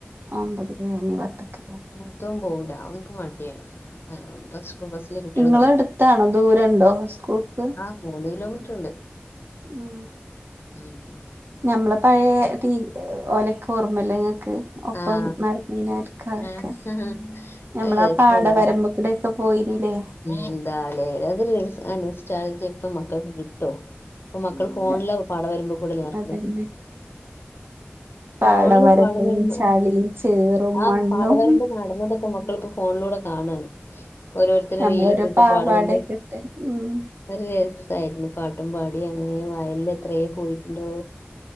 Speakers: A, on the right; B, on the left.
A: അമ്പതില് ഇനി പത്തക്കില്ലേ
B: പുറത്തൊന്നും പോവൂല്ല അവൻക്ക് മടിയാണ്. ബസ് സ്കൂൾ ബസ്സില് കുട്ടികള്
A: നിങ്ങള
B: കളിയാക്കും
A: എടുത്താണോ ദൂരണ്ടോ സ്കൂൾക്ക്?
B: ആ മൂന്ന് കിലോമീറ്റർ ഉണ്ട്.
A: മ്
B: ഉം
A: ഞമ്മള പഴയ തീ ഒലക്ക് ഓർമ്മല്ലങ്ങക്ക് ഒപ്പം
B: ആഹ്
A: നടന്നിന ഓല്ലോക്കെ
B: ആഹ് അത്
A: ഞമ്മളാ
B: രസായിരുന്നു
A: പാട വരമ്പോ കൂടെ ഒക്കെ പോയിന്നില്ലേ?
B: എന്താലേ അത അനുസ്ട്രളജി ഇപ്പൊ മക്കൾക്ക് കിട്ടോ? ഇപ്പൊ മക്കൾ
A: ഇല്ല
B: ഫോണില് പാടം വരുമ്പോ കൂടുതൽ നിർക്കണേ
A: അതന്നെ
B: ഫോണിൽ
A: പാടവരമ്പും
B: പാടം വരുമ്പോ
A: ചളിയും ചേറും
B: ആ
A: മണ്ണും
B: പാടം വരുമ്പോ നടന്നതൊക്കെ മക്കള ഇപ്പോ ഫോണിലൂടെ കാണൻ ഓരോരുത്തരും
A: ഞമ്മളൊരു
B: വീയിൽ ഇട്ടിട്ടും
A: പാവാടയൊക്കെ
B: പാടകണ്ട്
A: ഇട്ട് ഉം
B: ഒരു രസായിരുന്നു പാട്ടും പാടി അങ്ങനെ വയലിൽ എത്രയ പോയിട്ടുണ്ടോ